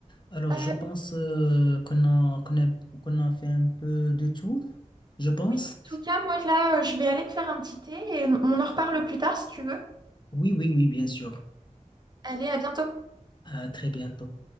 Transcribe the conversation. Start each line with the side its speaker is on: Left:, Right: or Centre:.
Left: Alors,
Right: Euh,
Left: je pense euh, qu'on a, qu'on a, qu'on a fait un peu de tout, je pense.
Right: en tout cas, moi là, euh, je vais aller me faire un petit thé et on on en reparle plus tard si tu veux.
Left: Oui, oui, oui, bien sûr.
Right: Allez, à bientôt.
Left: À très bientôt.